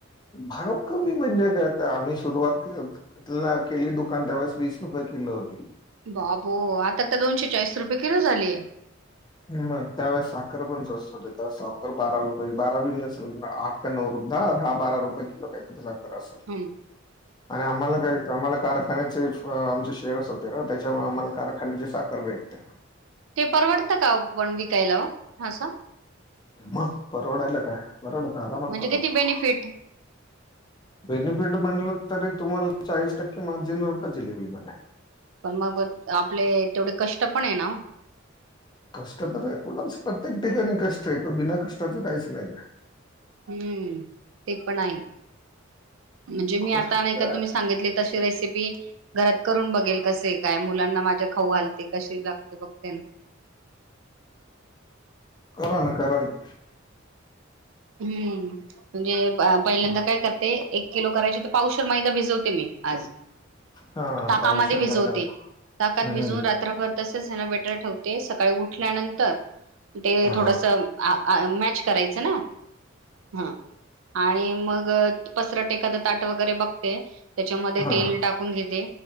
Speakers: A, on the left; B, on the right.
A: भाव कमी म्हणजे काय आता आम्ही सुरुवात के केली दुकान त्यावेळेस वीस रुपये किलो होती.
B: बाबो! आता तर दोनशे चाळीस रुपये किलो झालीय.
A: मग त्यावेळेस साखर पण स्वस्त होती, तेव्हा साखर बारा रुपये, बारा बी नसल, आठ नऊ रुपय, दा-दहा बारा रुपये किलो का साखर असं
B: हम्म
A: आणि आम्हाला काय आम्हाला कारखान्याचे अं आमचे शेअर्स होते ना, त्याच्यामुळे आम्हाला कारखान्याची साखर भेटते.
B: ते परवडतं का हो? पण विकायला हो? असं.
A: मग परवडायला काय? परवडतं. आरामात
B: म्हणजे
A: परवडतं.
B: किती बेनिफिट
A: बेनिफिट म्हणलं तरी तुम्हाला चाळीस टक्के मार्जिन होतं जिलेबी मध्ये.
B: पण मग आपले तेवढे कष्ट पण आहे ना हो.
A: कष्ट तर आहे. कुठंच प्रत्येक ठिकाणी कष्ट आहे. क बिना कष्टाचं काहीच नाही.
B: हम्म. ते पण आहे. म्हणजे मी
A: कष्ट
B: आता नाय का
A: आहे.
B: तुम्ही सांगितले तशी रेसिपी घरात करून बघेल कसं काय मुलांना माझ्या खाऊ घालते कशी लागते बघते ना
A: करा ना करा ना
B: हम्म म्हणजे पहिल्यांदा काय करते एक किलो करायचे तर पावशेर मैदा भिजवते मी आज
A: हा
B: ताकामध्ये
A: पावशेर
B: भिजवते
A: मैदा
B: ताकात
A: हम्म
B: भिजवून रात्रभर तसच बेटर ठेवते सकाळी उठल्यानंतर ते
A: हा
B: थोडंसं मॅच करायचं ना? हा आणि मग पसरट एखादं ताट वगैरे बघते. त्याच्यामध्ये
A: हा
B: तेल टाकून घेते